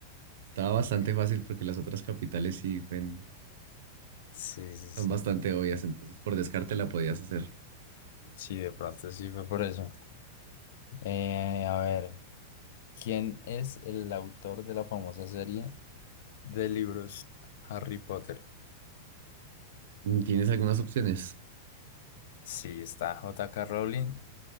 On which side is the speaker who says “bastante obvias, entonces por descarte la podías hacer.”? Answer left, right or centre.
Right